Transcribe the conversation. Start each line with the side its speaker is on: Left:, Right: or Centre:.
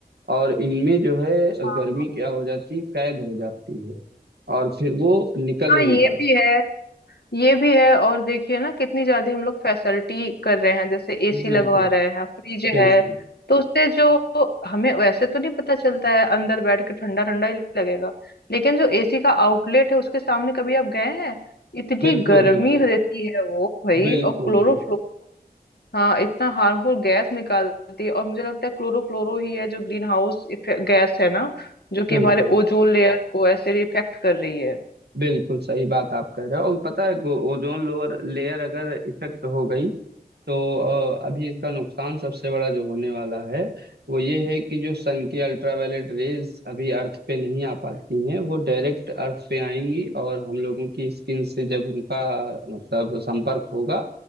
Right: और इनमें जो है
Left: हाँ
Right: गर्मी क्या हो जाती है कैद हो जाती है और फिर वो निकल
Left: हाँ,
Right: नहीं
Left: ये
Right: पाती
Left: भी है ये भी है और देखिए ना कितनी ज्यादा हम लोग फैसिलिटी कर रहे हैं जैसे एसी
Right: बिल्कुल
Left: लगवा रहे हैं फ्रिज
Right: बिल्कुल
Left: है तो उससे जो हमें वैसे तो नहीं पता चलता है अंदर बैठ के ठंडा ठंडा ही लगेगा लेकिन जो एसी का आउटलेट है उसके सामने कभी आप गए हैं इतनी
Right: बिल्कुल
Left: गर्मी
Right: बिल्कुल
Left: देती है वो भाई
Right: बिल्कुल
Left: और क्लोरोफ्लो
Right: बिल्कुल
Left: हाँ इतना हार्मफुल गैस निकालती है और मुझे लगता है क्लोरोफ्लोरो ही है जो ग्रीन हाउस गैस है ना जो कि
Right: बिल्कुल
Left: हमारे ओजोन लेयर को ऐसे इफेक्ट कर रही है
Right: बिल्कुल सही बात आप कह रहे हो और पता है गो- ओजोन लोअर लेयर अगर इफेक्ट हो गई तो अ, अभी इसका नुकसान सबसे बड़ा जो होने वाला है वो ये है कि जो सन की अल्ट्रावायलेट रेज अभी अर्थ पे नहीं आ पाती हैं वो डायरेक्ट अर्थ पे आएंगी और हम लोगों की स्किन से जब उनका मतलब संपर्क होगा